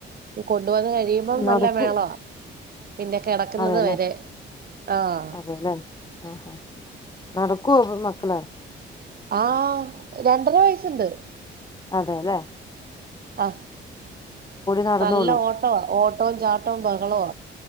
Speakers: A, on the right; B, on the left.
A: കൊണ്ട് വന്ന് കഴിയുമ്പം നല്ല
B: നടക്കൂ
A: മേളവാ പിന്നെ കിടക്കുന്നത്
B: അതെല്ലേ
A: വരെ ആഹ്
B: അതെല്ലേ ആ അ നടക്കോപ്പ മക്കളെ
A: ആഹ് രണ്ടര വയസ്സുണ്ട്
B: അതേല്ലേ
A: ആ
B: നടന്നോളും
A: നല്ല ഓട്ടവ ഓട്ടോം ചാ ടോം ബഹളോവ